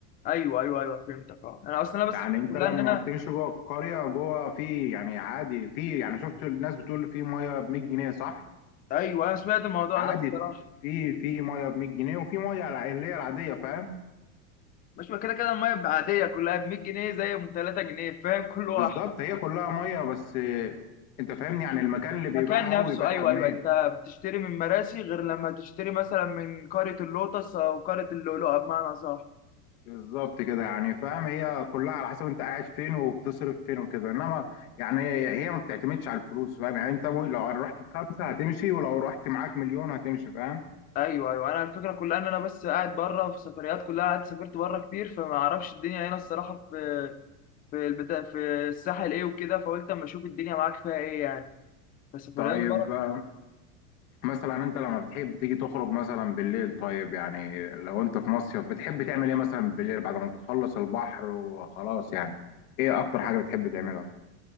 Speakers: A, on the left; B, on the left.
A: ايوه ايوه ايوه فهمتك اه انا اصلا انا بس
B: يعني
A: الفكرة
B: انت
A: كلها
B: لما
A: ان انا
B: بتمشي جوه القريه جوه في يعني عادي في يعني شفت الناس بتقول في ميه ب 100 جنيه صح
A: ايوه انا سمعت الموضوع
B: عادي
A: ده الصراحه
B: في في ميه ب 100 جنيه وفي ميه الع- اللي هي العاديه فاهم
A: مش ما كده كده الميه بقى عاديه كلها ب 100 جنيه زي ام 3 جنيه فاهم كل واحد
B: بالظبط هي كلها ميه بس آه، انت فاهمني يعني المكان اللي
A: المكان
B: بيبيعها
A: نفسه
B: هو بيبيعها
A: ايوه
B: ب 100
A: ايوه انت بتشتري من مراسي غير لما تشتري مثلا من قريه اللوتس او قريه اللؤلؤه بمعنى صح
B: بالظبط كده يعني فاهم هي كلها على حسب انت قاعد فين وبتصرف فين وكده انما يعني هي ما بتعتمدش على الفلوس فاهم يعني انت لو رحت بخمسة هتمشي ولو رحت معاك مليون هتمشي فاهم
A: ايوه ايوه انا الفكره كلها ان انا بس قاعد بره في سفريات كلها قاعد سافرت بره كتير فما اعرفش الدنيا هنا الصراحه في البتاع في الساحل ايه وكده فقلت اما اشوف الدنيا معاك فيها ايه يعني كسفريات
B: طيب
A: بره
B: آه، مثلا انت لما بتحب تيجي تخرج مثلا بالليل طيب يعني لو انت في مصيف بتحب تعمل ايه مثلا بالليل بعد ما بتخلص البحر وخلاص يعني ايه اكتر حاجة بتحب تعملها؟